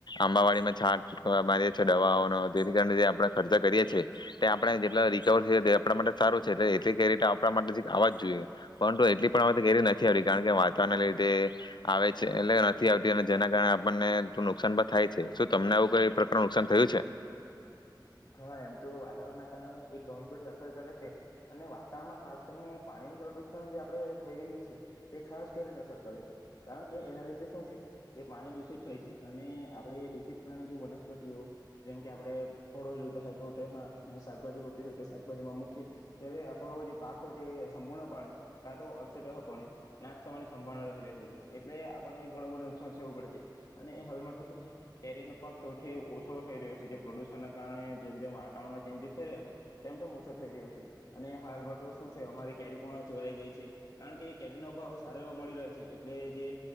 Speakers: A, on the left (about 70°); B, on the left (about 55°).
A: આંબાવાડીમાં છાંટ મારીએ છીએ દવાઓનો તેથી કરીને આપણે જે ખર્ચાઓ કરીએ છીએ તે આપણે જેટલા રિકવર થઇ આપણા માટે સારું છે એટલે એટલી કેરી આપણા માટે આવવા જ જોઈએ પરંતુ એટલી પણ કેરી નથી આવતી કારણ કે વાતાવરણ લીધે આવે છે એટલે નથી આવતી અને જેના કારણે આપણને નુકસાન પણ થાય છે શું તમને આવું કઈ પ્રકારનું નુકસાન થયું છે.
B: હા એમ તો વાતાવરણના કારણે એ ઘણી બધી અસર કરે છે અને વાતાવરણમાં ખાસ કરીને પાણીનું પ્રદુષણ જે આપણે થઈ રહ્યું છે તે ખાસ કરીને અસર કરે છે કારણ કે એના લીધે શું છે જે પાણી દૂષિત થાય છે અને આપણે દૂષિત પ્રણી જે વનસ્પતિઓ જેમ કે આપણે ફળો રોપેલા હોય તો તેમાં શાકભાજી રોપી હોય તો શાકભાજીમાં મૂકીએ ત્યારે આપણો જે પાક હોય તે સંપૂર્ણપણે કાંટો અંશદ્રહ પણે નાશ થવાની સંભાવના રહેલી હોય છે એટલે આપણને ઘણું બધું નુકસાન થવું પડે છે અને હાલમાં તો શું છે કેરીનો પાક સૌથી ઓછો થઈ રહ્યો છે. જે પ્રદુષણ કારણે જેમ જેમ વાતાવરણમાં ચેન્જીસ થઈ રહ્યો છે તેમ તો ઓછો થઈ રહ્યો છે અને હાલ તો શું છે અમારી કેરી પણ ચોરાઈ ગઈ છે કારણ કે એ કેરીનો ભાવ સારો એ મળી રહ્યો છે એટલે જે